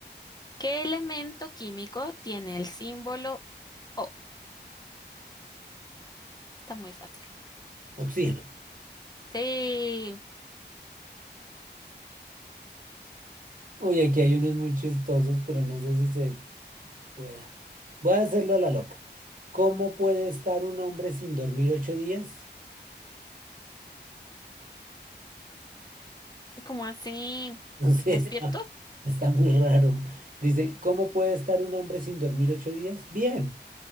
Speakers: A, on the left (about 20°); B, on the right (about 50°).
A: ¿Qué elemento químico tiene el símbolo O? Está muy fácil.
B: Oxígeno.
A: Sí,
B: Uy, aquí hay unos muy chistosos, pero no sé si se pueda. Voy a hacerlo a la loca. ¿Cómo puede estar un hombre sin dormir ocho días?
A: ¿cómo así?
B: No sé,
A: ¿Despierto?
B: <laughs> está, está muy raro. Dice, ¿cómo puede estar un hombre sin dormir ocho días? Bien,